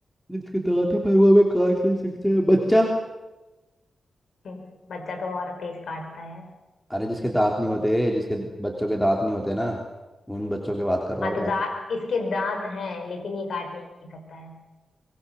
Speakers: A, in the centre; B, on the left (about 75°).
A: जिसके दांत है पर वो हमें काट नहीं सकते बच्चा
B: हम्म, बच्चा तो और तेज काटता है
A: अरे जिसके दांत नहीं होते जिसके बच्चों के दांत नहीं होते ना उन बच्चों की बात कर रहा
B: हाँ
A: हूँ
B: तो
A: मैं
B: दांत इसके दांत हैं लेकिन ये काट नहीं सकता है